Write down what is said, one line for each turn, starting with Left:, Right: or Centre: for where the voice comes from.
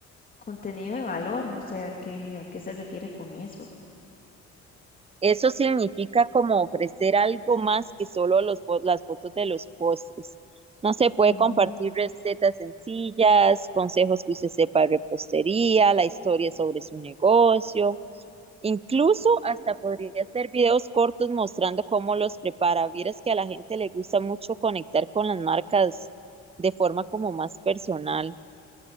Left: contenido de valor, o sea, ¿qué, a qué se refiere con eso?
Right: Eso significa como ofrecer algo más que solo los, fo- las fotos de los postres. No se puede
Left: Mm,
Right: compartir recetas sencillas, consejos que usted sepa de repostería, la historia sobre su negocio. Incluso hasta podría hacer videos cortos mostrando cómo los prepara. Vieras que a la gente le gusta mucho conectar con las marcas de forma como más personal.